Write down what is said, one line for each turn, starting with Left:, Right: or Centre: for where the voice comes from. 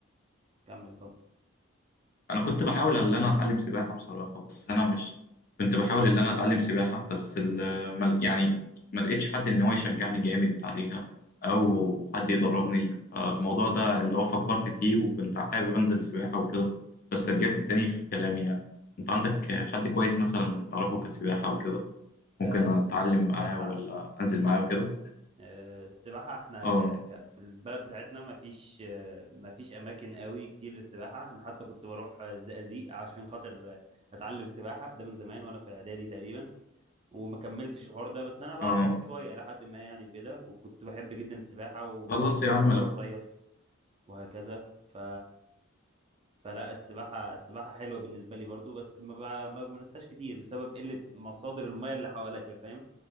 Right: كمل اتفضل
Left: انا كنت بحاول ان انا اتعلم سباحة بصراحة بس انا مش كنت بحاول ان انا اتعلم سباحة بس ال... ما- يعني ما لقيتش حد ان هو يشجعني جامد عليها او حد يدربني فالموضوع ده اللي هو فكرت فيه وكنت حابب انزل سباحة وكده بس رجعت تاني في كلامي يعني انت عندك حد كويس مثلا تعرفه كسباحة وكده ممكن
Right: انا السباحة
Left: اتعلم معاه ولا انزل معاه وكده
Right: آه، السباحة احنا
Left: اه
Right: ك... ك... في البلد بتاعتنا ما فيش آه، ما فيش اماكن قوي كتير للسباحة انا حتى كنت بروح آه، الزقازيق عشان خاطر آه، اتعلم سباحة ده من زمان وانا في اعدادي تقريبا وما كملتش الحوار ده بس انا بعرف
Left: اه
Right: اعوم شوية الى حد ما يعني وكده وكنت بحب جدا السباحة وبحب
Left: خلاص يا عم
Right: اما اروح
Left: لو
Right: اصيف وهكذا ف فلا السباحة السباحة حلوة بالنسبة لي برضو بس ما ب- ما بمارسهاش كتير بسبب قلة مصادر المياه اللي حواليا فاهم